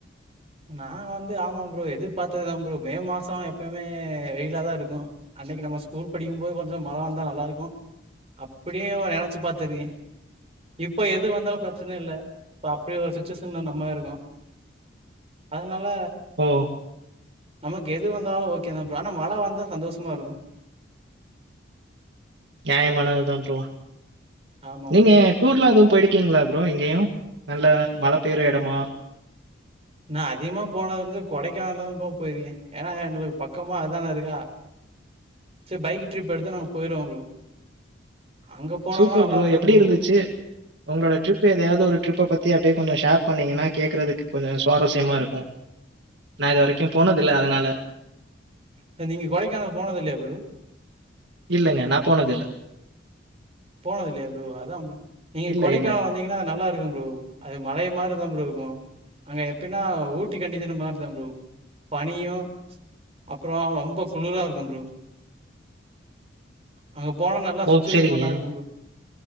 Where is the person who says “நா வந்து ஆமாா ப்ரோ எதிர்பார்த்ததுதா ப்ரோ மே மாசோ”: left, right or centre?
Right